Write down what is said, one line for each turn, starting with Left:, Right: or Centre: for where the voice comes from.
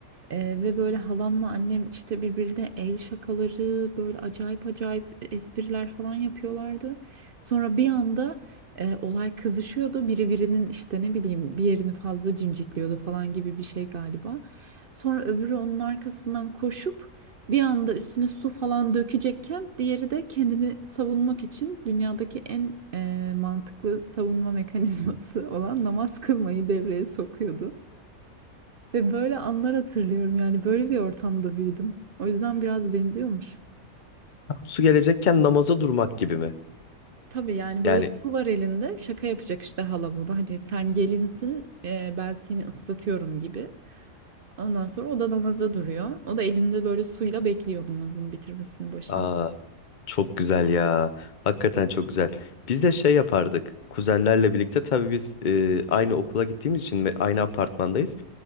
Right: Ee, ve böyle halamla annem işte birbirine el şakaları böyle acayip acayip espriler falan yapıyorlardı. Sonra bir anda e, olay kızışıyordu. Biri birinin işte ne bileyim bir yerini fazla cimcikliyordu falan gibi bir şey galiba. Sonra öbürü onun arkasından koşup bir anda üstüne su falan dökecekken diğeri de kendini savunmak için dünyadaki en e, mantıklı savunma <laughs> mekanizması olan namaz kılmayı devreye sokuyordu. Ve böyle anlar hatırlıyorum yani böyle bir ortamda büyüdüm. O yüzden biraz benziyormuş.
Left: Tam Su gelecekken namaza durmak gibi mi?
Right: Tabii yani böyle
Left: Yani
Right: su var elinde şaka yapacak işte hala buna. Hani sen gelinsin e, ben seni ıslatıyorum gibi. Ondan sonra o da namaza duruyor. O da elinde böyle suyla bekliyor namazını bitirmesinin başında.
Left: Aa, çok güzel ya. Hakikaten çok güzel. Biz de şey yapardık. Kuzenlerle birlikte tabii biz e, aynı okula gittiğimiz için ve aynı apartmandayız.